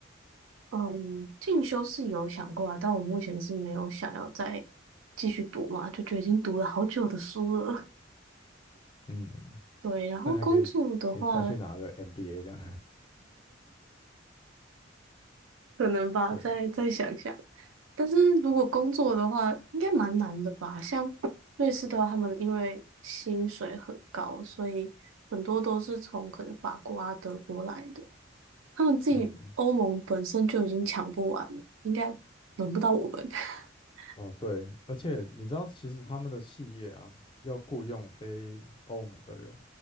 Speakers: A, on the right (about 85°); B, on the left (about 25°).
A: 嗯，进修是有想过啊，但我目前是没有想要再继续读嘛，就觉得已经读了好久的书了。
B: 嗯，
A: <laughs> 对，然后工作的话。
B: 那还可以可以再去拿个 MBA 这样。
A: 可能吧，
B: <laughs> 对，
A: 再再想想。但是如果工作的话，应该蛮难的吧？像瑞士的话，他们因为薪水很高，所以很多都是从可能法国啊、德国来的。他们自己欧盟本身就已经抢不完了，
B: 嗯，
A: 应该轮不到我们。<laughs>
B: 哦对，而且你知道，其实他们的企业啊，要雇佣非欧盟的人